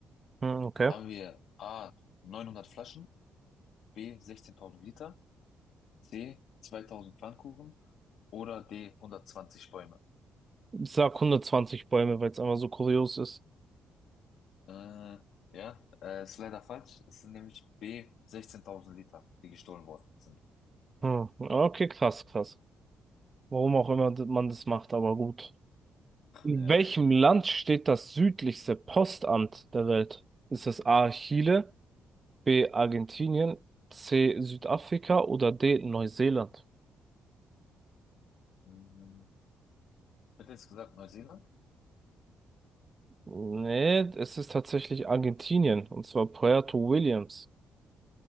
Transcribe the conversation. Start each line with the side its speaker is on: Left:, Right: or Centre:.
Right: Hm, Okay.
Left: Haben wir A, 900 Flaschen, B, 16.000 Liter, C, 2000 Pfannkuchen oder D, hundertzwanzig Bäume?
Right: Ich sag 120 Bäume, weil es einfach so kurios ist.
Left: Äh, ja, äh, ist leider falsch. Es sind nämlich B, 16.000 Liter, die gestohlen worden sind.
Right: Hm. Okay, krass, krass. Warum auch immer d- man das macht, aber gut. In
Left: Ja.
Right: welchem Land steht das südlichste Postamt der Welt? Ist es A. Chile, B. Argentinien, C. Südafrika oder D. Neuseeland?
Left: Mhm. Hätte jetzt gesagt Neuseeland?
Right: Nee, es ist tatsächlich Argentinien, und zwar Puerto Williams.